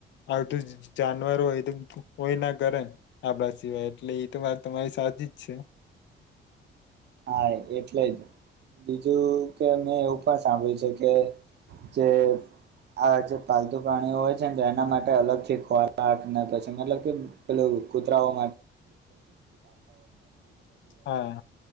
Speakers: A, on the left (about 65°); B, on the right (about 60°).
A: આવધું જાનવર હોય તો હોય ના કરે આપણા સિવાય એટલે એ તો મા તમારી સા <inaudible> છે
B: <unintelligible> હા એટલે જ બીજું કે મેં એવું પણ સાંભળ્યું છે કે જે <inaudible> આ જે પાલતુ પ્રાણીઓ હોય છે જે એના માટે અલગ થી ખોરાક ને પછી મતલબ કે પેલું કૂતરાઓ
A: હા